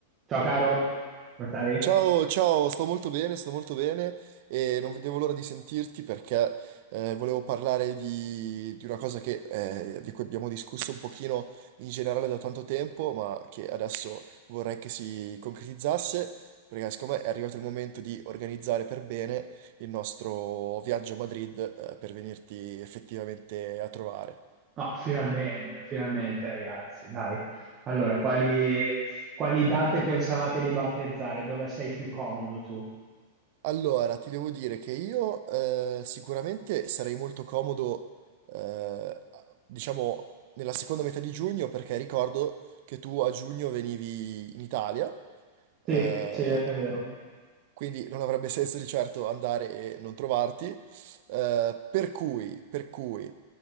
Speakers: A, on the right; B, on the right.
A: Ciao caro, come stai?
B: Ciao, ciao, sto molto bene, sto molto bene e non vedevo l'ora di sentirti perché eh, volevo parlare di, di una cosa che, eh, di cui abbiamo discusso un pochino in generale da tanto tempo, ma che adesso vorrei che si concretizzasse, perché secondo me è arrivato il momento di organizzare per bene il nostro viaggio a Madrid eh, per venirti effettivamente a trovare.
A: No, finalmente, finalmente ragazzi, dai. Allora, quali, quali date pensavate di battezzare? Dove sei più comodo tu?
B: Allora, ti devo dire che io eh, sicuramente sarei molto comodo, eh, diciamo, nella seconda metà di giugno, perché ricordo che tu a giugno venivi in Italia,
A: Sì,
B: eh,
A: sì, è vero.
B: quindi non avrebbe <laughs> senso di certo andare e non trovarti. eh, per cui, per cui,